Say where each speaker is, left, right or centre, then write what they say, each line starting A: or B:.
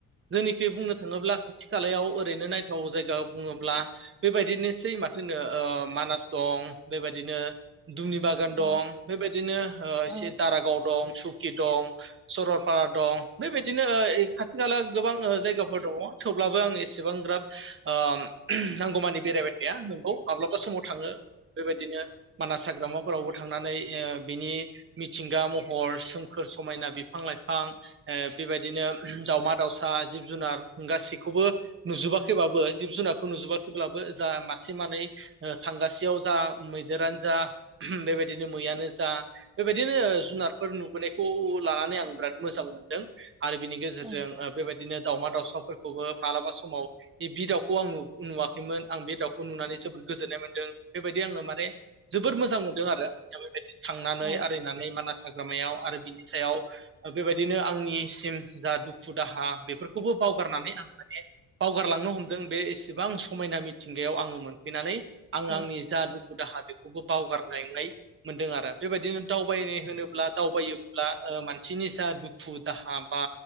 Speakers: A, on the right; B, on the right.
A: जेनिखि बुंनो थांङोब्ला खाथि खालायाव ओरैनो नायथाव जायगा बुंङोब्ला बेबायदिनोसै माथो होनो ओ‌ मानास दं बेबायदिनो दुमनि बागान
B: औ
A: दं बेबायदिनो एसे
B: औ
A: दारागाव दं सुकि दं सरलपारा दं बेबायदिनो ओ खाथि खाला गोबां ओ जायगाफोर दङ, थेवब्लाबो आं एसेबांग्राब ओ नांगौमानि बेरायबाय थाया, नंगौ माब्लाबा समाव थाङो बेबायदिनो मानास हाग्रामाफोरावबो थांनानै ओ बिनि मिथिंगा महर सोमखोर समायना बि फां लाइफां ओ बेबायदिनो दावमा दाउसा, जिब जुनार गासैखौबो नुजोबाखैबाबो जिब जुनारखौ नुजोबाखैब्लाबो जा मासे मानै ओ थांगासेयाव जा मैदेरानो जा बेबायदिनो मैयानो जा बेबायदिनो ओ जुनारफोर नुबोनायखौ लानानै आं बिराद मोजां मोनदों आरो बिनि गेजेरजों
B: औ
A: ओ बेबाय दिनो दाउमा दाउसाफोरखौबो मालाबा समाव बिब्दि दाउखौ आं नु नुवाखैमोन आं बे दाउखौ नुनानै जोबोद गोजोननाय मोनदों बेबायदि आङो माने जोबोद मोजां मोनदों आरो दा बेबायदि थांनानै
B: औ
A: आरिनानै मानास हा ग्रामायाव आरो बिनि सायाव बेबायदिनो आंनिसिम जा दुखु दाहा बेफोरखौबो बावगारनानै आं माने बावगारलांनो हमदों बे एसेबां समायना मिथिं गायाव आङो मोनफैनानै आङो
B: औ
A: आंनि जा दुु खु दाहा बेखौबो बावगारनायलांनाय मोनदों आरो बेबायदिनो दावबायनाय होनोब्ला दावबायोब्ला ओ मान सिनि जा दुखु दाहा बा